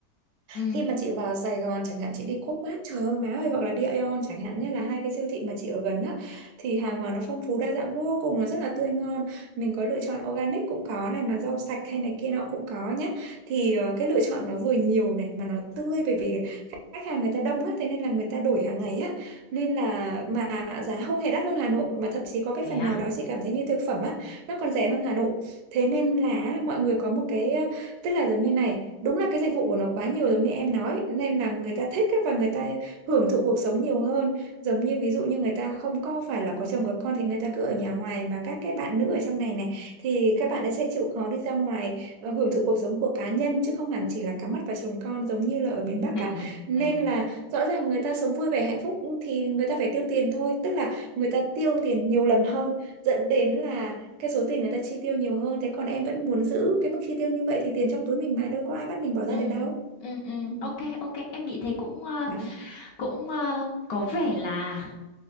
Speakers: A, on the left; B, on the right.
A: Ừ.
B: khi mà chị vào Sài Gòn chẳng hạn chị đi Co.opmart trời ơi má ơi hoặc là đi Aeon chẳng hạn nhé là hai cái siêu thị mà chị ở gần á thì hàng hóa nó phong phú đa dạng vô cùng nó rất là tươi ngon mình có lựa chọn organic cũng có này mà rau sạch hay này kia nọ cũng có nhé thì ờ, cái lựa chọn nó vừa nhiều này mà nó tươi bởi vì khách hàng người ta đông á thế nên là người ta đổi hàng ngày á nên là mà giá không hề đắt hơn Hà Nội mà thậm chí có cái
A: Thế
B: phần
A: à?
B: nào đó chị cảm thấy như thực phẩm á nó còn rẻ hơn Hà Nội thế nên là mọi người có một cái tức là giống như này đúng là cái dịch vụ của nó quá nhiều giống như em nói nên là người ta thích ấy, và người ta hưởng thụ cuộc sống nhiều hơn giống như ví dụ như người ta không có phải là có chồng có con thì người ta cứ ở nhà hoài mà các cái bạn nữ ở trong này này thì các bạn ấy sẽ chịu khó đi ra ngoài ờ, hưởng thụ cuộc sống của cá nhân chứ không hẳn chỉ là cắm mắt vào chồng con giống như là ở miền
A: <laughs>
B: Bắc ạ nên
A: Ừ.
B: là rõ ràng người ta sống vui vẻ hạnh phúc thì người ta phải tiêu tiền thôi tức là người ta tiêu tiền nhiều lần hơn dẫn đến là cái số tiền người ta chi tiêu nhiều hơn thế còn em vẫn muốn giữ cái mức chi tiêu như vậy thì tiền trong túi mình mà đâu có ai bắt mình bỏ
A: Ừ.
B: ra được đâu
A: Ừ. Ừ.
B: ừ.
A: Ok, ok, em nghĩ thế cũng ờ,
B: đó
A: cũng ờ, có vẻ là